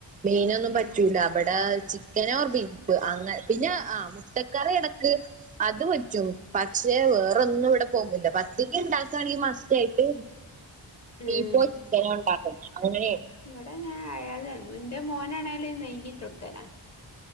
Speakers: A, on the right (about 20°); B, on the left (about 35°).
A: മീനൊന്നും പറ്റൂല വിടെ ചിക്കനൊ ഓർ ബീഫ് അങ്ങെ പിന്നെ ആ മുട്ടക്കറി എനക്ക് അത് പറ്റും പക്ഷെ വേറൊന്നും ഇവിടെ പോകില്ല പത്തിരി ഉണ്ടാക്കാണ് ഈ മ തീർച്ചയായിട്ട് ബീഫോ
B: ഉം
A: ചിക്കനോ ഉണ്ടാക്കും അങ്ങനെയാണ്
B: ഇവിടെ ഞാൻ അയാത എന്റെ മോനാണെങ്കില് നെയ്യിട്ട് കൊടുക്കലാ